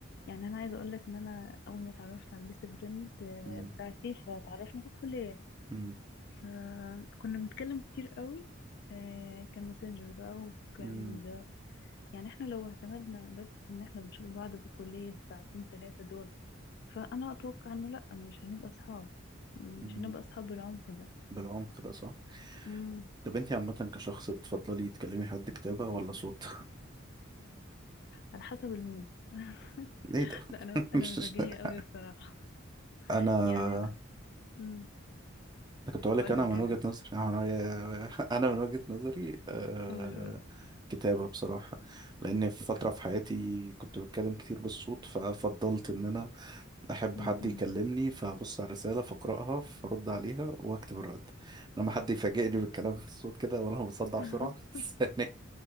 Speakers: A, on the left; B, on the right.
A: يعني انا عايزه اقول لك ان انا اول ما اتعرفت على البيست فريند آه،
B: مم،
A: بتاعتي فتعرفنا في الكليه
B: مم،
A: فكنا بنتكلم كتير قوي آه، كان ماسنجر بقى وكلام
B: مم،
A: من ده يعني احنا لو اعتمدنا بس ان احنا بنشوف بعض في الكلية الساعتين ثلاثة دول فانا اتوقع انه لا مش هنبقى اصحاب مش
B: مم.
A: هنبقى اصحاب بالعمق ده
B: بالعمق ده صح
A: امم
B: طب انت عامة كشخص بتفضلي تكلمي حد كتابة ولا صوت
A: على حسب المود <laughs>
B: <laughs> ايه ده
A: لا انا
B: <laughs>
A: انا مزاجية قوي الصراحة
B: انا
A: يعني على امم
B: كنت أقول لك
A: هقول
B: أنا
A: لك
B: من
A: انا
B: وجهة نظري أنا <laughs> من وجهة أنا من وجهة نظري آه...
A: قول قول
B: كتابة بصراحة لأن في فترة في حياتي كنت بتكلم كتير بالصوت ففضلت إن أنا أحب
A: امم
B: حد يكلمني فأبص على الرسالة فأقرأها فأرد عليها وأكتب الرد لما حد يفاجئني بالكلام في الصوت كده ولا أنا بصدع
A: <laughs>
B: بسرعة <laughs> ثانيا